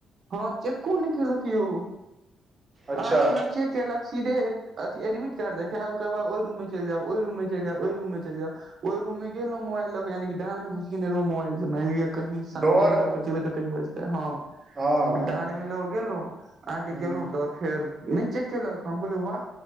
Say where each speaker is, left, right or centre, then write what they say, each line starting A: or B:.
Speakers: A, on the right; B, on the right.
A: हँ चेको नहि केलक यौ
B: अच्छा
A: अहाँ केना चेक केलक सीधे अथि एडमिट कार्ड देखय ओकरा बादे ओ रूममे चलि जाउ ओहि रूममे चलि जाउ ओहि रूममे चलि जाउ ओहि रूममे गेल रही मोबइल ल के यानि डाड़मे घुसेने रहो मोबाइल से मैनेजर कही सामने
B: डर
A: मे लोक जेबै तऽ क बजतै हँ
B: हँ
A: द गेलहु अहाँके
B: हूँ
A: गेलहुं तऽ फेर नहि चेक केलक हम कहलियै वाह